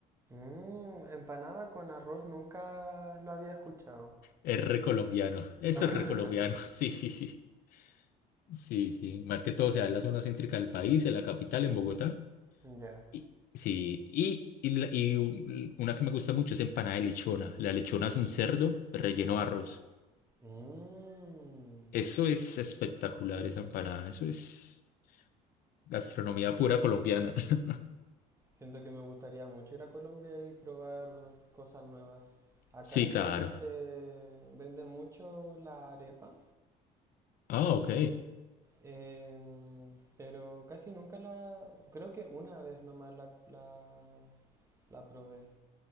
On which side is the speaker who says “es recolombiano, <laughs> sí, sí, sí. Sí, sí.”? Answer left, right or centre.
Left